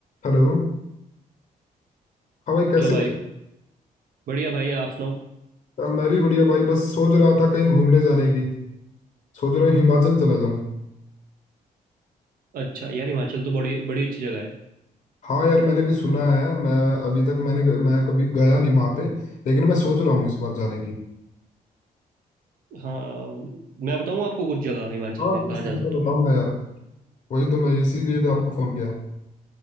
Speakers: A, on the left; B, on the right.
A: Hello हाँ भाई कैसे
B: Hello भाई
A: हो
B: बढ़िया भाई आप सुनाओ
A: अब मैं भी बढ़िया भाई बस सोच रहा था कहीं घूमने जाने की सोच रहा हूँ हिमाचल चला जाऊँ
B: अच्छा यार हिमाचल तो बड़ी बड़ी अच्छी जगह है
A: हाँ यार मैंने भी सुना है मैं अभी तक मैंने मैं कभी गया नहीं वहाँ पे लेकिन मैं सोच रहा हूँ इस बार जाने की
B: हाँ मैं बताऊँ आपको कुछ जगह हिमाचल
A: हाँ
B: में
A: कुछ
B: कहाँ जा
A: जगह
B: सकते
A: बताओ ना यार वही तो मैं इसीलिए तो आपको फोन किया